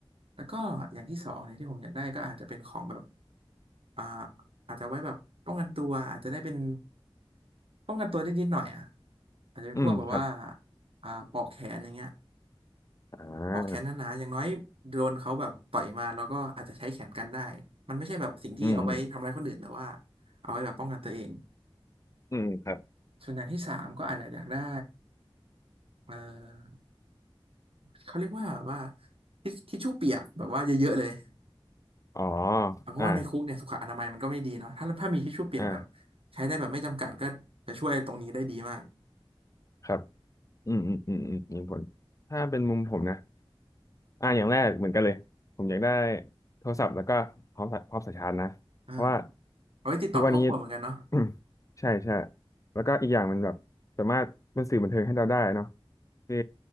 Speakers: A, on the right; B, on the left.
A: แล้วก็อย่างที่สองเนี่ยที่ผมอยากได้ก็อาจจะเป็นของแบบอ่าอาจจะไว้แบบป้องกันตัวอาจจะได้เป็นป้องกันตัวได้นิดหน่อยอ่ะอาจจะเป็นพวกแบบว่า
B: อืมครับ
A: อ่าปลอกแขนอย่างเงี้ย
B: อ่า
A: พอกแขนหนาๆอย่างน้อยโดนเขาแบบต่อยมาแล้วก็อาจจะใช้แขนกันได้มันไม่ใช่แบบสิ่งที่เอาไว้ทำร้ายคนอื่นแต่ว่า
B: อืมอืม
A: เอาไว้แบบป้องกันตัวเอง
B: อืมครับ
A: ส่วนอย่างที่สามก็อาจจะอยากได้เออเขาเรียกว่าว่าทิชทิชชู่เปียกแบบว่าเยอะๆเลย
B: อ๋อ
A: อ่ะเพราะว่าในคุกเนี่ยสุขอนามัยมันก็ไม่ดีเนาะถ้าถ้ามีทิชชู่เปียกแบบ
B: อ่าอ่า
A: ใช้ได้แบบไม่จำกัดก็จะช่วยตรงนี้ได้ดีมาก
B: ครับอืมอืมอืมอืมมีผลถ้าเป็นมุมผมนะ อ่าอย่างแรกเหมือนกันเลยผมอยากได้โทรศัพท์แล้วก็พร้อมสายพร้อมสายชาร์จนะเพราะว่า
A: อ่าเอาไว้ติดต่อครอบครัวเหมือนกันเนาะ
B: ทุกวันนี้ <coughs> <clears throat> ใช่ใช่แล้วก็อีกอย่างมันแบบสามารถเป็นสื่อบันเทิงให้เราได้เนาะคือ